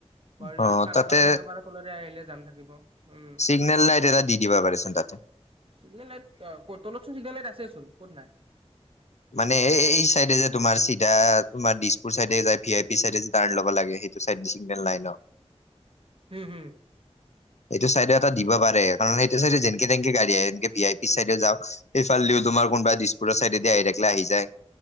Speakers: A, on the right; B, on the left.
A: বাৰু
B: অ
A: ইয়া খানাপাৰা
B: তাতে
A: চাইডৰ পাৰ তলৰে আহিলে যাম থাকিব উম।
B: চিগনেল লাইট এটা দি দিবা পাৰেচোন তাতে।
A: চিগনেল লাইট অ, ক'ত তলত চোন চিগনেল লাইট আছে চোন ক'ত নাই?
B: মানে এই- এই চাইডে যে তোমাৰ চিধা তোমাৰ দিছপুৰ চাইডে যাই ভি আই পি চাইডে টাৰ্ণ ল'ব লাগে সেই এইটো চাইড দি চিগনেল নাই ন'।
A: হম-হম।
B: এইটো চাইডে এটা দিবা পাৰে কাৰণ সেইটো চাইডে যেনকে-তেনকে গাড়ী আহে এনকে ভি আই পিৰ চাইডে যাওঁক সেইফালদিও তোমাৰ কোনবা দিছপুৰৰ চাইদেদি আহি থাকলে আহি যায়।